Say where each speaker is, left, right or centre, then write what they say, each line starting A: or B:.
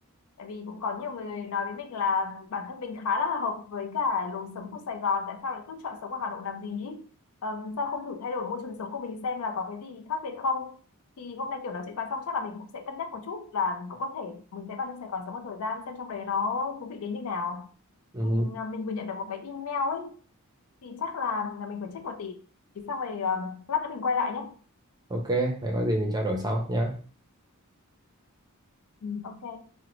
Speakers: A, on the left; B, on the right.
A: tại vì cũng có nhiều người nói với mình là bản thân mình khá là hợp với cả lối sống của Sài Gòn tại sao lại cứ chọn sống ở Hà Nội làm gì ý? Ờm, sao không thử thay đổi môi trường sống của mình xem là có cái gì khác biệt không thì hôm nay kiểu nói chuyện bàn xong chắc là mình cũng sẽ cân nhắc một chút là mình cũng có thể mình sẽ vào trong Sài Gòn sống một thời gian xem trong đấy nó thú vị đến như nào
B: Ừ.
A: Ừm, à, mình vừa nhận được một cái email ấy thì chắc là mình phải check một tí xong rồi ờ, lát nữa mình quay lại nhé
B: Ok vậy có gì mình trao đổi sau nhé
A: Ừ. ok